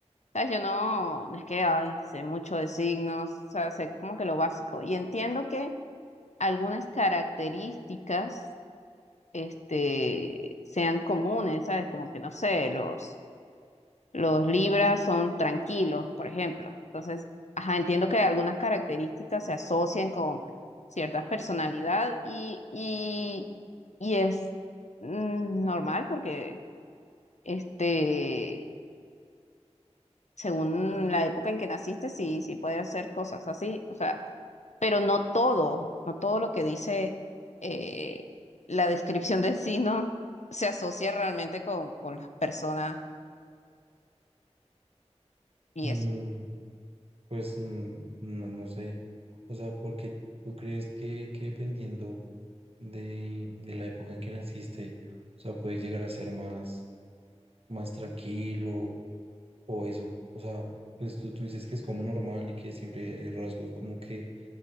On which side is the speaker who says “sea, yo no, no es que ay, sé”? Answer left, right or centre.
Left